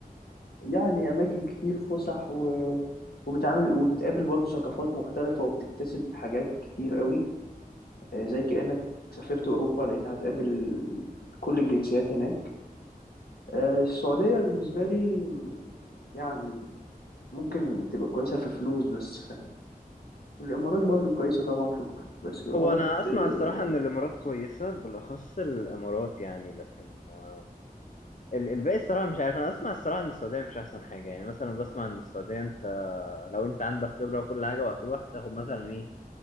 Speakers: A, on the left; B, on the left.
A: يعني أماكن كتير فسح و... وبتعامل وبتقابل برضه ثقافات مختلفة وبتكتسب حاجات كتير قوي آه، زي كأنك سافرت أوروبا لأن هتقابل كل الجنسيات هناك آه، السعودية بالنسبة لي يعني ممكن تبقى كويسة في فلوس بس فاهم الإمارات برضو كويسة طبعا في في- بس الإمارات
B: هو انا اسمع
A: آه،
B: الصراحه ان الامارات
A: أحسن
B: كويسه بالاخص الامارات يعني لكن آه، ال- الباقي الصراحه مش عارف انا اسمع الصراحه ان السعوديه مش احسن حاجه يعني مثلا بسمع ان السعوديه انت لو انت عندك خبره وكل حاجه وهتروح تاخد مثلا ايه